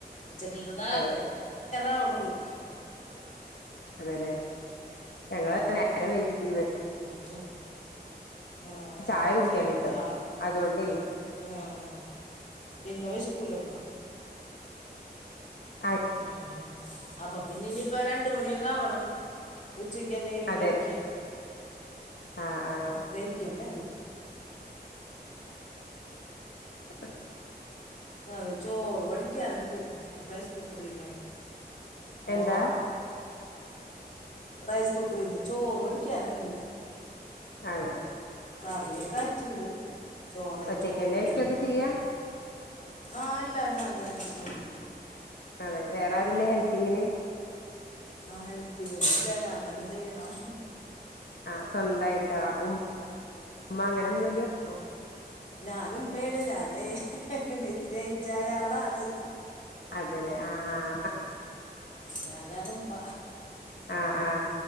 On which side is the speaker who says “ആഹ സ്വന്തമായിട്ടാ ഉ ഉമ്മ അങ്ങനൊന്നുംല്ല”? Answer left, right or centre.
Left